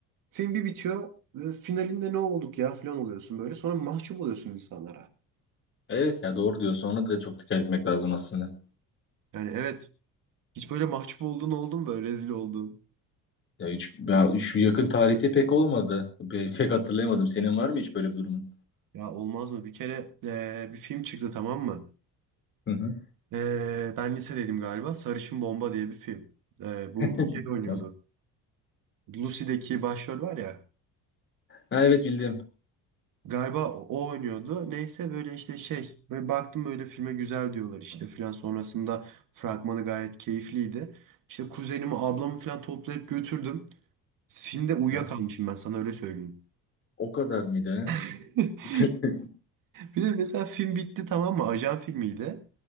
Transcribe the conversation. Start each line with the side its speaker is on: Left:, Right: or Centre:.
Right: Film bir bitiyor. e, Finalinde ne olduk ya falan oluyorsun böyle. Sonra mahcup oluyorsun insanlara.
Left: Evet ya doğru diyorsun. Ona da çok dikkat etmek lazım aslında.
Right: Yani evet. Hiç böyle mahcup olduğun oldu mu böyle rezil olduğun?
Left: Ya hiç ya şu yakın tarihte pek olmadı. Pe- Pek hatırlayamadım. Senin var mı hiç böyle bir durumun?
Right: Ya olmaz mı? Bir kere e, bir film çıktı tamam mı?
Left: Hı hı.
Right: E, ben lisedeydim galiba. Sarışın Bomba diye bir film. E,
Left: <laughs>
Right: bu şey oynuyordu. Lucy'deki başrol var ya.
Left: Ha, evet bildim.
Right: Galiba o o oynuyordu. Neyse böyle işte şey. Böyle baktım böyle filme güzel diyorlar işte filan. Sonrasında fragmanı gayet keyifliydi. İşte kuzenimi ablamı filan toplayıp götürdüm. Filmde uyuyakalmışım
Left: Ha,
Right: ben sana öyle söyleyeyim.
Left: O kadar mıydı?
Right: <laughs>
Left: ha? <laughs>
Right: Bir de mesela film bitti tamam mı? Ajan filmiydi.